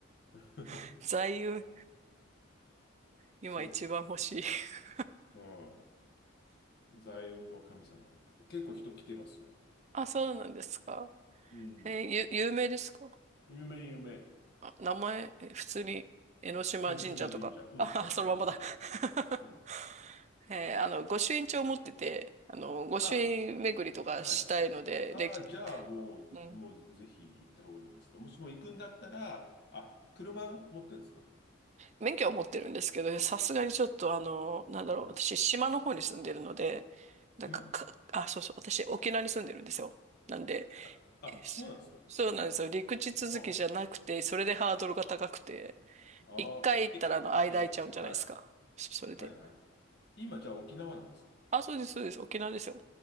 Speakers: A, on the left; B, on the right.
A: <laughs>
B: <laughs> 座右、今一番欲しい。
A: そ
B: <laughs>
A: う。うん。財運の神様なんで。結構人来てますよ。
B: あ、そうなんですか。
A: うん。
B: えーゆ、有名ですか
A: 夢夢。
B: あ、名前、え普通に、江ノ島神社とか。
A: 江ノ島神社。うん。
B: あ、
A: 確かにそう。
B: <laughs> そのままだ。<laughs>
A: うん。
B: えーあの、御朱印帳持ってて、あの、御朱印巡りとかしたいので、
A: あ、はい。ああ、
B: で、
A: じゃあもう、
B: うん。
A: もうぜひ行った方がいいんじゃないですか。もしも行くんだったら、あ、車持ってるんですか
B: 免許は持ってるんですけど、さすがにちょっとあの、なんだろう、
A: うん。
B: 私、島の方に住んでるので、なんか、
A: 暇
B: か、あ、そうそう、私、沖縄に住んでるんですよ。なんで、
A: あ、あ、
B: そそうなんですよ。
A: そうなんですか。
B: 陸地続きじゃなくて、
A: あ、
B: それでハードルが高くて、
A: あー、
B: 一回行ったらあの間空いちゃうんじゃないですか。
A: え、え、はい。
B: そそれで。
A: はいはい。今じゃあ沖縄なんですか
B: あ、そうです、そうです。沖縄ですよ。